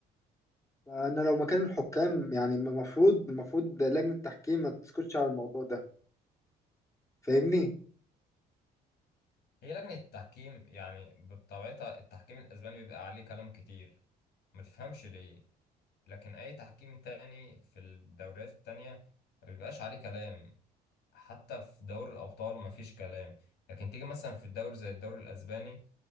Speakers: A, on the left; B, on the left.
A: فانا لو مكان الحكام يعني المفروض المفروض لجنه التحكيم ما تسكتش على الموضوع ده فاهمني
B: هي لجنة التحكيم يعني بطبيعتها التحكيم الاسباني بيبقى عليه كلام كتير ما تفهمش ليه لكن أي تحكيم تاني في الدوريات التانية ما بيبقاش عليه كلام حتى في دوري الأبطال ما فيش كلام لكن تيجي مثلا في الدوري زي الدوري الأسباني